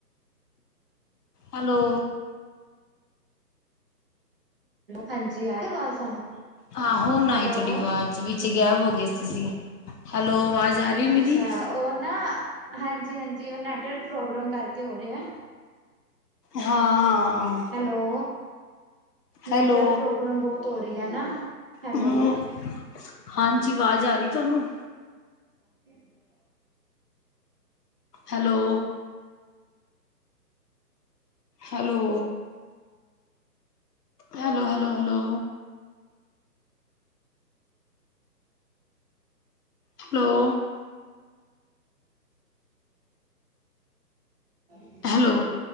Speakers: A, on the left; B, on the right.
A: ਹੈਲੋ।
B: ਹਾਂਜੀ ਆਰੀ ਅਵਾਜ ਤੁਆਨੁ,
A: ਹਾਂ ਹੁਣ
B: ਹੈਲੋ
A: ਆਈ ਤੁਹਾਡੀ ਆਵਾਜ਼ ਵਿੱਚ ਗੈਬ ਹੋਗੇ ਤੁਸੀ ਹੈਲੋ, ਵਾਜ ਆਰੀਏ ਮੇਰੀ?
B: ਅੱਛਾ ਉਹ ਨਾ ਹਾਂਜੀ-ਹਾਂਜੀ ਉਹ ਨੈੱਟਵਰਕ ਪ੍ਰੋਬਲਮ ਕਰਕੇ ਹੋ ਰਿਹਾ।
A: ਹਾਂ
B: ਹੈਲੋ, ਨੈੱਟਵਰਕ
A: ਹੈਲੋ
B: ਪ੍ਰੋਬਲਮ ਬਹੁਤ ਹੋ ਰਹੀ ਹੈ ਨਾ, ਹੈਲੋ।
A: ਹੂੰ ਹਾਂਜੀ ਵਾਜ਼ ਆ ਰਹੀ ਤੁਹਾਨੂੰ?
B: <inaudible>
A: Hello. Hello. Hello, ਹੈਲੋਬ hello. Hello.
B: <inaudible>
A: hello